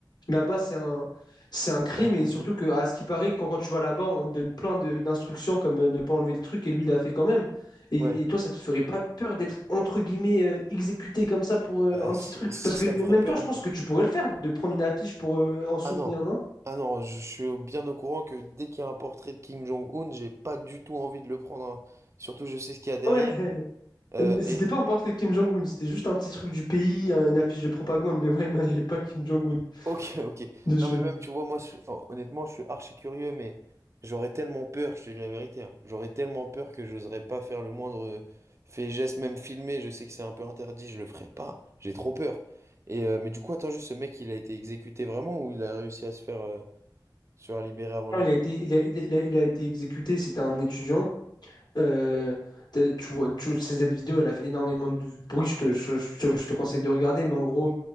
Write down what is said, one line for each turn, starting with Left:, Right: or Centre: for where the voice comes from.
Left: Là-bas, c'est un, c'est un crime
Right: C'est un culte
Left: et surtout
Right: de...
Left: que, à ce qui paraît, quand, quand tu vas là-bas, on te donne plein de- d'instructions comme euh, ne pas enlever le truc et lui, il l'a fait quand même. Et,
Right: Ouais.
Left: et toi, ça te ferait pas peur d'être, entre guillemets, euh, exécuté comme ça pour euh,
Right: Euh,
Left: un
Right: si,
Left: petit truc?
Right: si,
Left: Parce
Right: ça
Left: que
Right: me
Left: mais
Right: ferait
Left: même
Right: peur,
Left: temps, je
Right: mais...
Left: pense que tu pourrais le faire, de prendre une affiche pour euh, en souvenir,
Right: Ah non.
Left: non?
Right: Ah non, je suis bien au courant que dès qu'il y a un portrait de Kim Jong-un, j'ai pas du tout envie de le prendre. hein. Surtout, je sais ce qu'il y a derrière.
Left: Ouais, <laughs>
Right: Euh,
Left: mais c'était
Right: et,
Left: pas un portrait de Kim Jong-un, c'était juste un petit truc du pays, un- une affiche de propagande, mais ouais, non, il n'y avait pas Kim Jong-un
Right: Ok, ok.
Left: dessus.
Right: Non, mais même, tu vois, moi, je- hon- honnêtement, je suis archi curieux, mais j'aurais tellement peur, je te dis la vérité. hein. J'aurais tellement peur que j'oserais pas faire le moindre euh, fait, geste, même filmé. Je sais que c'est un peu interdit, je le ferai pas. J'ai trop peur. Et, euh, mais du coup, attends juste, ce mec, il a été exécuté vraiment ou il a réussi à se faire, euh, se faire libérer avant
Left: Non,
Right: les...
Left: il a été, il a, il a, il a- il a été exécuté, c'était un étudiant. Euh, t'as- tu vois, tu- cette vidéo, elle a fait énormément de bruit. Je te, je- je te- je te conseille de regarder, mais en gros,